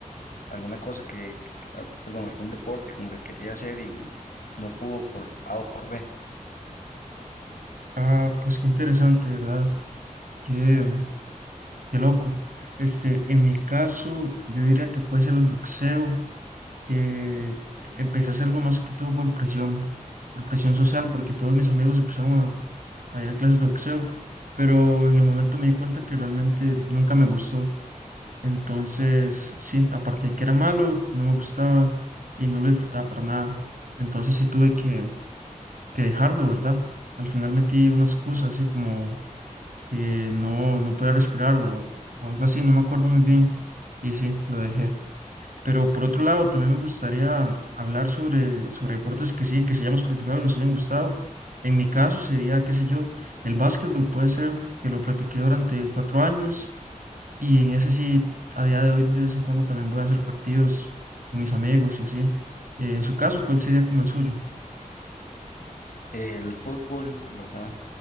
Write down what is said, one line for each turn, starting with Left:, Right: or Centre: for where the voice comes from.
Left: alguna cosa que, ah, perdón, algún deporte como que quería hacer y no pudo por A o por B.
Right: Ah, pues qué interesante, ¿verdad? Qué, qué loco. Este, en mi caso, yo diría que puede ser el boxeo, que empecé a hacerlo más que todo por presión, por presión social, porque todos mis amigos empezaron a ir a clases de boxeo, pero en el momento me di cuenta que realmente nunca me gustó. Entonces, sí, aparte de que era malo, no me gustaba y no lo disfrutaba para nada. Entonces sí tuve que, que dejarlo, ¿verdad? Al final metí una excusa así como que no, no podía respirar o, o algo así, no me acuerdo muy bien. Y sí, lo dejé. Pero por otro lado, también me gustaría hablar sobre, sobre deportes que sí, que se hayamos practicado y nos hayan gustado. En mi caso sería, qué sé yo, el básquetbol puede ser que lo practiqué durante cuatro años y en ese sí, a día de hoy, de vez en cuando también voy a hacer partidos con mis amigos y así. Eh, en su caso, ¿cuál sería como el suyo?
Left: El fútbol, ¿verdad?